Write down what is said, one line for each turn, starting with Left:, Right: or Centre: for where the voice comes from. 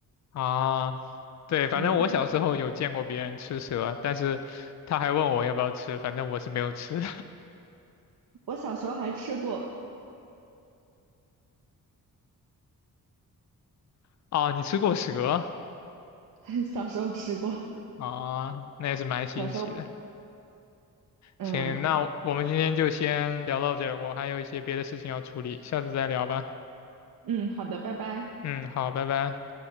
Left: 啊，对，反正我小时候有见过别人吃蛇，
Right: 嗯，
Left: 但是他还问我要不要吃，反正我是没有吃。
Right: 我小时候还吃过，
Left: <laughs> 啊，你吃过蛇？
Right: <laughs> 小时候吃过，
Left: 啊，那也是蛮新奇的。
Right: 小时候嗯
Left: 行，那我们今天就先聊到这儿我还有一些别的事情要处理，下次再聊吧。
Right: 嗯，好的，拜拜。
Left: 嗯，好，拜拜。